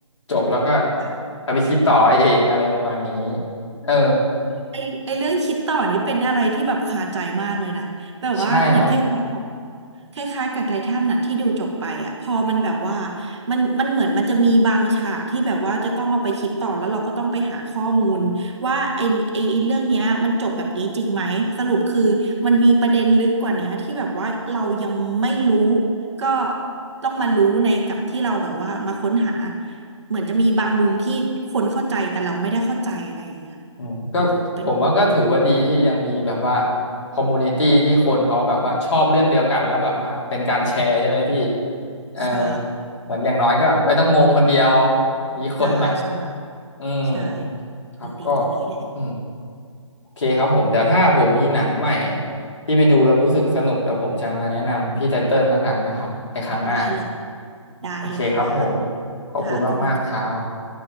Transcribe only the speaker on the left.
จบแล้วก็
เอาไปคิดต่อเองอะไรประมาณนี้เออ
ใช่ครับ
อืมก็ผมว่าก็ถือว่าดีที่ยังมีแบบว่า
คอมมูนิตี้ที่คนเขาแบบว่าชอบเรื่องเดียวกันแล้วแบบว่าเป็นการแชร์ใช่ไหมพี่เออ
เหมือนอย่างน้อยก็ไม่ต้องงงคนเดียวมีคนมา
อืม
ครับก็
อืมโอเคครับผมเดี๋ยวถ้าผมมีหนังใหม่ที่ไปดูแล้วรู้สึกสนุกเดี๋ยวผมจะมาแนะนำพี่ไตเติ้ลแล้วกันนะครับในครั้งหน้า
โอเคครับผมขอบคุณมากๆครับ